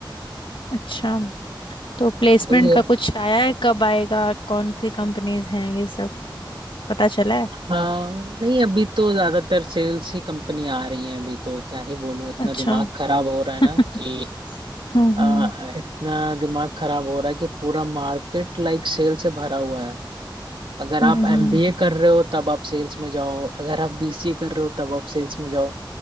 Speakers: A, on the left; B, on the right.
A: अच्छा तो प्लेसमेंट
B: वही है
A: का कुछ आया है कब आएगा कौन सी कंपनीज हैं ये सब पता चला है
B: हाँ नहीं अभी तो ज्यादातर सेल्स ही कंपनी आ रही है अभी तो क्या ही बोलूं इतना
A: अच्छा
B: दिमाग खराब हो रहा
A: <laughs>
B: है ना
A: हम्म
B: कि
A: हम्म
B: आ, इतना दिमाग खराब हो रहा है कि पूरा मार्केट लाइक सेल से भरा हुआ है अगर आप
A: हम्म
B: एमबीए
A: हम्म।
B: कर रहे हो तब आप सेल्स में जाओ अगर आप बीसीए कर रहे हो तब आप सेल्स में जाओ